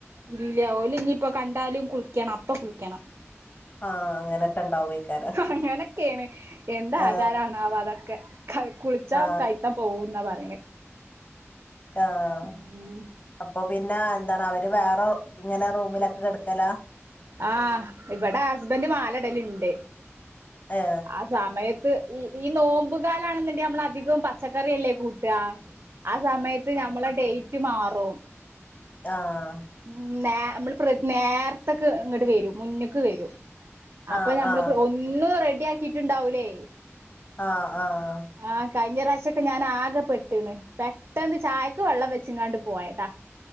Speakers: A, on the right (about 60°); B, on the left (about 35°).
A: ഇല്ല ഓല ഇനിയിപ്പൊ കണ്ടാലും കുളിക്കണം അപ്പൊ കുളിക്കണം
B: ആ അങ്ങനെയൊക്കെ ഉണ്ടാവോയ്ക്കാരം
A: അങ്ങനൊക്കേണ്എന്താജാര
B: ആ
A: ഇണാവോതക്കെ ഒെ ക കുളിച്ച
B: ആ
A: കഴത്താ പോകന്നാ പറയണേ
B: ആഹ
A: ഉം
B: അപ്പൊ പിന്നെ എന്താണ് അവര് വേറെ ഇങ്ങനെ റൂമിലൊക്കെ കെട്ക്കലാ
A: ആഹ് ഇവിടെ ഹസ്ബൻഡ് മാലടലുണ്ട്
B: ഏ
A: ആ സമയത്ത് ഈ ഈ നോമ്പുകാലാണെന്നുണ്ടെ നമ്മള അധികം പച്ചക്കറിയല്ലേ കൂട്ടുക ആ സമയത്ത് ഞമ്മളെ ഡേറ്റ് മാറും
B: ആഹ
A: ഉം നേ നമ്മൾ നേരത്തക്കെ ഇങ്ങോട്ട് വരും മുന്ന്ക്ക് വരും
B: ആ
A: അപ്പൊ നമ്മളി
B: ആ
A: ഒന്നും റെഡി ആക്കിട്ടുണ്ടാവൂലേ
B: ആഹ ആഹ്
A: ആഹ് കഴിഞ്ഞ പ്രാവശ്യൊക്കെ ഞാൻ ആകെപ്പെെട്ടിണ് പെട്ടന്ത് ചായക്ക് വെള്ളം വെച്ചിങ്ങാണ്ട് പോയതാ